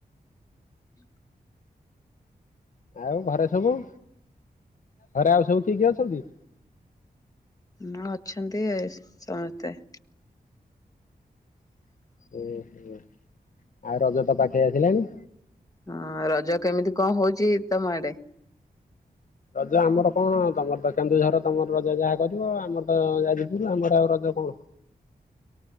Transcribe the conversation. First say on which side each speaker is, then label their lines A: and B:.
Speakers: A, on the left; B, on the left.
A: ହଁ
B: ଆଉ ଘରେ ସବୁ। ଘରେ ଆଉ ସବୁ କିଏ କିଏ ଅଛନ୍ତି।
A: ନା ଅଛନ୍ତି ଏ ସମସ୍ତେ।
B: ଓ ହୋ ଆଉ ରଜତ ପାଖେଇ ଆସିଲାଣି।
A: ହଁ ରଜ କେମିତି କଣ ହଉଚି ତମ ଆଡେ?
B: ରଜ ଆମର କଣ ତମର ତ କେନ୍ଦୁଝର ତମର ରଜ ଯାହା କରିବ। ଆମର ତ ଯାଜପୁର ଆମର ଆଉ ରଜ କଣ?